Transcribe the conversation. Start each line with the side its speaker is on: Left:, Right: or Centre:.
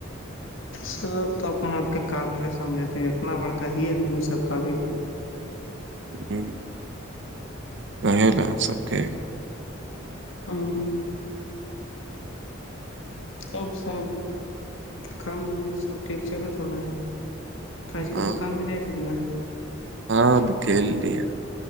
Left: سب تو اپنے آپ کے قابل سمجھاتتے ہیں اتنا بڑکا ہی ا ت سب قابل
Right: ہ کہ ل سب کے
Left: ہوں اب سب کام دھندا سب ٹھیک چل تو ہونا تو آج کل
Right: ہاں
Left: دکان میں جائے تھے کہ نا
Right: ہاں تو کل رہ ہے